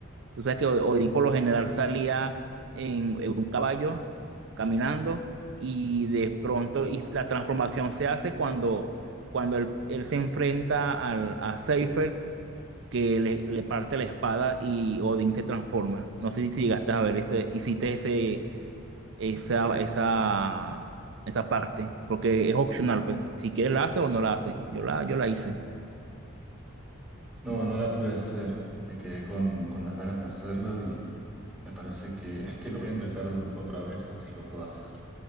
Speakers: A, on the right; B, in the centre.
A: O sea que O- Odín por lo general salía en, en un caballo caminando y de pronto y la transformación se hace cuando, cuando él, él se enfrenta al, a Seifer que le, le parte la espada y Odín se transforma. No sé si llegaste a ver ese, hiciste ese, esa, esa, esa parte, porque es opcional, pues. Si quieres la hace o no la hace. Yo la, yo la hice.
B: No, no la pude hacer, me quedé con, con las ganas de hacerlo y me parece que, <laughs> que lo voy a empezar otra vez, así lo puedo hacer.